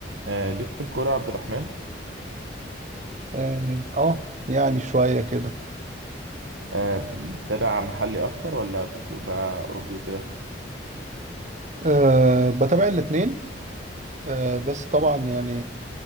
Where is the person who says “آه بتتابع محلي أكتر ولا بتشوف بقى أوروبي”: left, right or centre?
Right